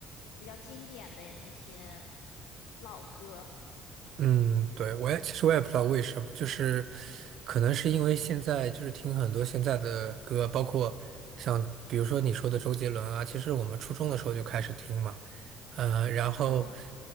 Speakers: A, on the left; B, on the right.
A: 比较经典的那些老歌。
B: 嗯，对，我也其实我也不知道为什么，就是可能是因为现在就是听很多现在的歌，包括像比如说你说的周杰伦啊，其实我们初中的时候就开始听嘛，呃，然后
A: 嗯，